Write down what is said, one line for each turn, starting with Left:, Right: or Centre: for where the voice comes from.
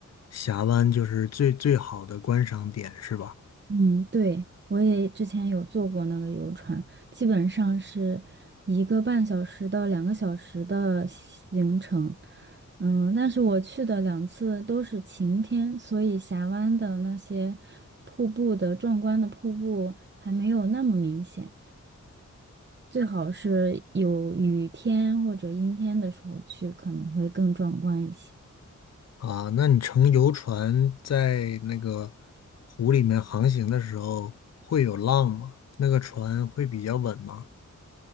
Left: 峡湾，就是最最好的观赏点，是吧？
Right: 嗯，对，我也之前有坐过那个游船，基本上是一个半小时到两个小时的行程。嗯，但是我去的两次都是晴天，所以峡湾的那些瀑布的壮观的瀑布还没有那么明显。最好是有雨天或者阴天的时候去，可能会更壮观一些。
Left: 啊，那你乘游船在那个湖里面航行的时候，会有浪吗？那个船会比较稳吗？